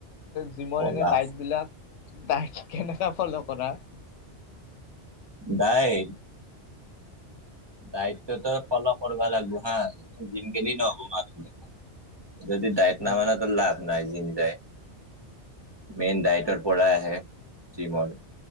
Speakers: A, on the left; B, on the right.
A: জিমৰ
B: বলা
A: এনে ডাইট বিলাক তাই কেনেুৱা ফলো কৰা।
B: দাইত দায়িত্বটো ফল' কৰিবা লাগিব হা জিম কিনি নবো মানুহ দে যদি দায়ট
A: উম,
B: নমানটো লাভ নাই জিম যায়। মেইন ডাইটৰ পৰা আহে। জিমৰ